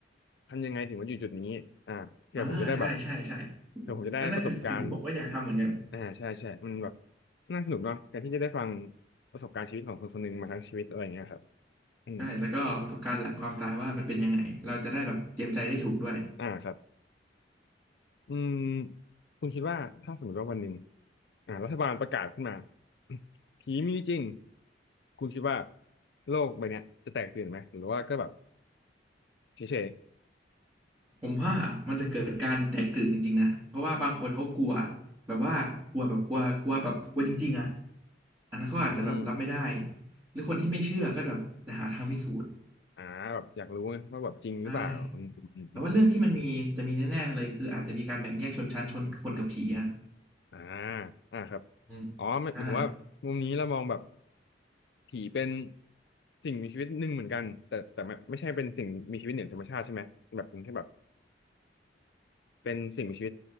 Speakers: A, on the left; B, on the right.
A: ทำยังไงถึงมาอยู่จุดนี้อ่าเผื่อผมจะได้แบบ
B: อ่าใช่ใช่ใช่
A: เผื่อผมจะได้ประสบการณ์
B: นั่นน่ะคือสิ่งที่ผมก็อยากทำเหมือนกัน
A: อ่าใช่ใช่มันแบบน่าสนุกเนาะการที่จะได้ฟังประสบการณ์ชีวิตของคนคนหนึ่งมาทั้งชีวิตอะไรอย่างเงี้ยครับอืม
B: ใช่แล้วก็ประสบการณ์หลังความตายว่ามันเป็นยังไงเราจะได้แบบเตรียมใจได้ถูกด้วย
A: อ่าครับอืมคุณคิดว่าถ้าสมมติว่าวันหนึ่งอ่ารัฐบาลประกาศขึ้นมา <coughs> <clears throat> ผีมีจริงคุณคิดว่าโลกใบเนี้ยจะแตกตื่นไหมหรือว่าก็แบบเฉย
B: ผมว่ามันจะเกิดการแตกตื่นจริงๆนะเพราะว่าบางคนเขากลัวแบบว่ากลัวแบบกลัวกลัวแบบกลัวจริงๆอ่ะอันนั้นเขาอาจจะแบบรับไม่ได้
A: ๆอืม
B: หรือคนที่ไม่เชื่อก็แบบจะหาทางพิสูจน์
A: อ่าแบบอยากรู้ไงว่าแบบจริงหรือเปล่าอื
B: ใช่แต่ว่าเรื่องที่มันมีจะมีแน่ๆเลยคืออาจจะมีการแบ่งแยกชนชั้นชนคนกับผีอ่ะ
A: ม อ่าอ่าครับ
B: อืมใช่
A: อ๋อหมายหมายถึงว่ามุมนี้เรามองแบบผีเป็นสิ่งมีชีวิตหนึ่งเหมือนกันแต่แต่ไม่ไม่ใช่เป็นสิ่งมีชีวิตเหนือธรรมชาติใช่ไหมแบบเป็นแค่แบบเป็นสิ่งมีชีวิต